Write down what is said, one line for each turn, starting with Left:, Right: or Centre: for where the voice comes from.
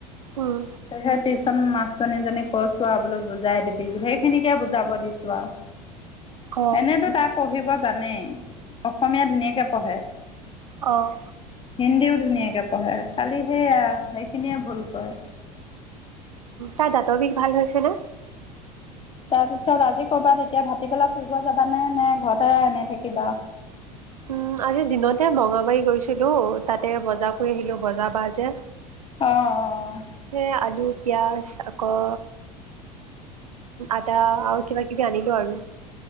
Right: উম
Left: সে টিউচন মাছটৰে জনীজনী কছ প বলৈ বুজাই দিবি বোলে <unintelligible> খিনিকে বুজাব দিছোঁ আৰু।
Right: অ
Left: এনেতো তাই পঢ়িব। জানেই, অসমীয়া ধুনীয়াকে পঢ়ে।
Right: অঁ।
Left: হিন্দীও ধুনীয়াকে পঢ়ে, খালি সেয়া সেইখিনিয়ে ভুল কৰে।
Right: তাই দাতৰ বিষ ভাল হৈছে নে।
Left: তাৰ পিছত আজি কৰবাত এতিয়া ভতি বেলা ফুৰিব যাবানে নে, ঘৰতে এনেই থাকিবা।
Right: উ আজি দিনতে বঙাবাৰী গৈছিলো, তাতে বজা কৰি আহিলো। বজা বা যে,
Left: অ অ
Right: সে আলু। পিঁয়াজ আকৌ আদা আৰু কিবা কিবি আনিলোঁ আৰু।